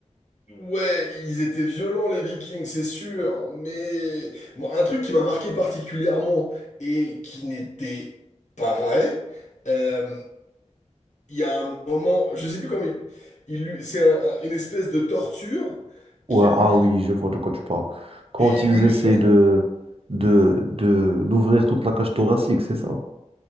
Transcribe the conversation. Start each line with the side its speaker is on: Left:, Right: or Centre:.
Left: Ouais, ils étaient violents les Vikings, c'est sûr, mais moi, un truc qui m'a marqué particulièrement et qui n'était pas vrai, euh, il y a un moment, je sais plus comment il, il lui- c'est un- un- une espèce de torture
Right: Ouais,
Left: qu'il
Right: ah
Left: lui
Right: oui, je vois de quoi tu parles. Quand
Left: et il
Right: ils
Left: lui
Right: essaient
Left: fait
Right: de de de d'ouvrir toute la cage thoracique, c'est ça?